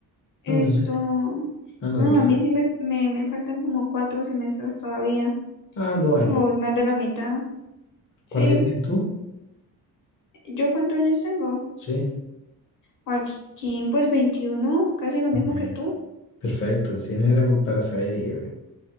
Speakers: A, on the left; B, on the left.
A: Esto,
B: No te metes. Ah, no
A: no,
B: te queda.
A: a mí sí me, me, me faltan como cuatro semestres todavía,
B: Ah, dos
A: pero
B: años.
A: voy más de la mitad. Sí,
B: ¿Cuántos años tienes tú?
A: ¿yo cuántos años tengo?
B: Sí.
A: Joaquín, pues 21, casi lo mismo
B: Bien.
A: que tú.
B: Perfecto. Si no era por- para saber, y-